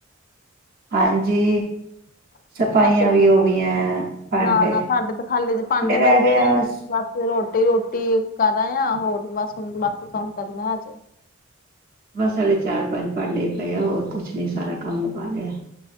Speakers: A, on the right; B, on the left.
A: ਹਾਂਜੀ
B: <unintelligible>
A: ਸਫਾਈਆਂ ਵੀ ਹੋ ਗਈਆਂ ਭਾਂਡੇ
B: ਨਾ ਨਾ ਸਾਡੇ ਤੇ ਖਾਲੀ ਤੇ ਭਾਂਡੇ ਬੰਨ
A: ਰਹਿ
B: ਦੇ
A: ਗਏ
B: ਨੇਂ
A: ਆ
B: <unintelligible>
A: ਬਸ
B: ਰੋਟੀ ਰੋਟੀ ਕਰਾ ਆ ਹੋਰ ਬਸ ਹੁਣ ਬਾਕੀ ਕੰਮ ਕਰਨਾ ਅੱਜ
A: ਬਸ ਸਾਡੇ ਚਾਰ ਪੰਜ ਭਾਂਡੇ ਹੀ ਪਏ ਆ ਹੋਰ ਕੁਛ ਨ ਸਾਰਾ ਕੰਮ ਉ ਪਾ ਲਿਆ।